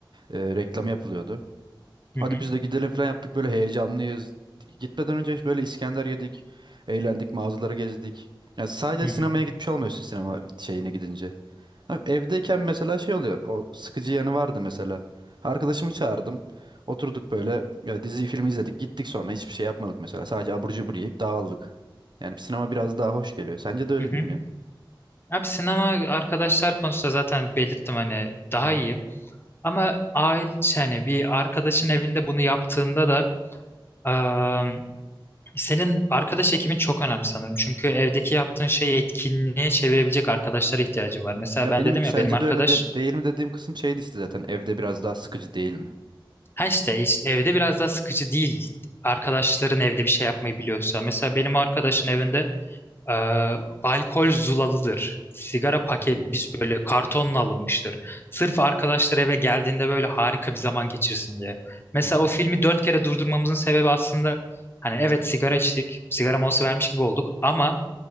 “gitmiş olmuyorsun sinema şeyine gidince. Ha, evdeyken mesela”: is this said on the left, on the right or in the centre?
Right